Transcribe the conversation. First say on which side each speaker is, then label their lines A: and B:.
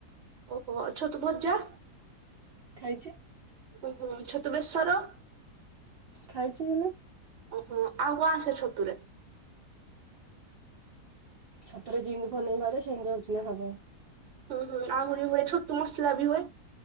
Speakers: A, on the right (about 50°); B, on the right (about 85°).
A: ଓହୋ ଛତୁ ଭଜା।
B: ଖାଇଚି,
A: ଓହୋ ଛତୁ ବେଶର।
B: ଖାଇଛି ହେଲେ
A: ଓହୋ ଆଉ କଣ ଆସେ ଛତୁରେ।
B: ଛତୁରେ ଜିନ୍ତି ଵନେଇ ବାରେ ସିନ୍ତି ହଉଚି ହବ।
A: ହୁଁ ହୁଁ ଆହୁରି ହୁଏ ଛତୁ ମସଲା ବି ହୁଏ।